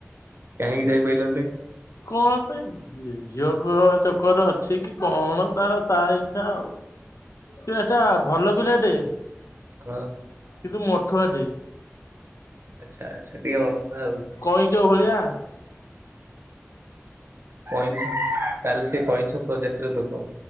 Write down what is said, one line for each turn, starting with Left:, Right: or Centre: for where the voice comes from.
Right: କାହିଁକି ଯାଇପାରିଲନି?
Left: କଣ ପାଇଁ, ଝିଅ ପୁଅ ଚକରର ଅଛି। ସେ କି କଣ ତାର ତା ଇଛା ଆଉ ଏଟା ଭଲ ପିଲା ଟେ।
Right: <unintelligible>
Left: କିନ୍ତୁ ମଠୁଆଟେ।
Right: ଆଛା ଆଛା <unintelligible>
Left: କଇଁଛ ଭଳିଆ
Right: କଇଁଛ ତାହାଲେ ସେ କଇଁଛ ପ୍ରଜାତିର ଲୋକ।